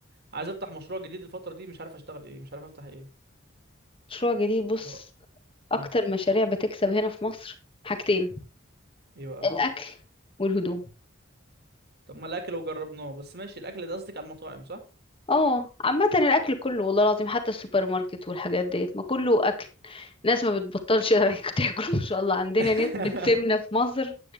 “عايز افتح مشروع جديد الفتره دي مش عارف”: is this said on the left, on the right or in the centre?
Right